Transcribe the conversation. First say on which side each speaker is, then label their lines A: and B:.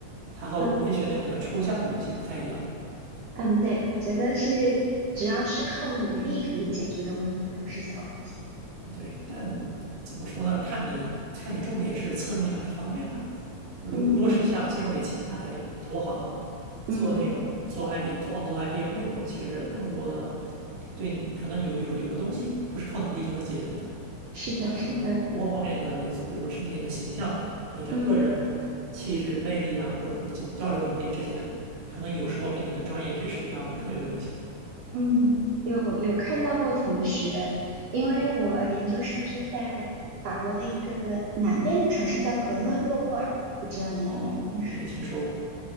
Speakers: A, on the right; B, on the right.
A: 它和文学那种比较抽象的东西不太一样。
B: 嗯嗯，对，我觉得是只要是靠努力可以解决的问题都是小问题。
A: 对，但怎么说呢？看你看你重点是侧重于哪一方面吧。如果如果是像金融里前台、
B: 嗯
A: 投行
B: 嗯，
A: 做那种做 IB 做哦做 IPO 那种，的，其实更多的对可能有有有的东西不是靠努力就能解决的。
B: 是的，
A: 它可能多方面的因素，
B: 是的，
A: 比如说甚至你的形象、你的个人气质、
B: 嗯
A: 魅力啊，或者这交流能力这些，可能有时候比你的专业知识要更有用一些。
B: 嗯，有有看到过同学，因为我研究生是在法国的一个南边的城市叫格勒诺布尔，不知道你有没有听说？
A: 哦，没听说过。